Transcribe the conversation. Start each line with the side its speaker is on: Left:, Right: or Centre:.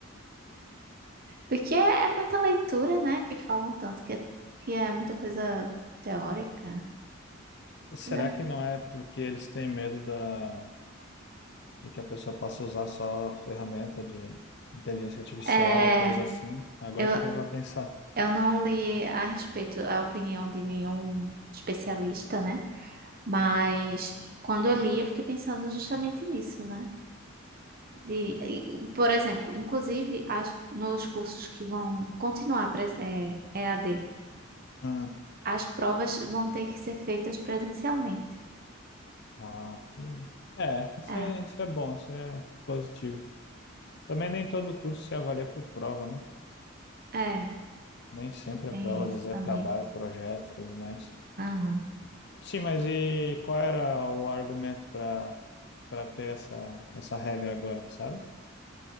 Right: Porque é muita leitura, né? Que falam tanto que é, que é muita coisa teórica,
Left: Será
Right: né?
Left: que não é porque eles têm medo da, de que a pessoa possa usar só ferramenta de inteligência artificial,
Right: É,
Left: coisa assim? Agora
Right: eu,
Left: que eu parei para pensar.
Right: eu não li a respeito a opinião de nenhum especialista, né? Mas quando eu li, eu fiquei pensando justamente nisso, né? De, e, por exemplo, inclusive as, nos cursos que vão continuar pres- é, E a d
Left: Hum.
Right: As provas vão ter que ser feitas presencialmente.
Left: Ah, que... É, isso
Right: É,
Left: é, isso é bom, isso é positivo. Também nem todo curso se avalia por prova, né?
Right: é,
Left: Nem sempre
Right: tem
Left: é prova, às
Right: isso
Left: vezes é
Right: também.
Left: trabalho, projeto, e tudo mais.
Right: Aham.
Left: Sim, mas e qual era o argumento para para ter essa, essa regra agora, tu sabe?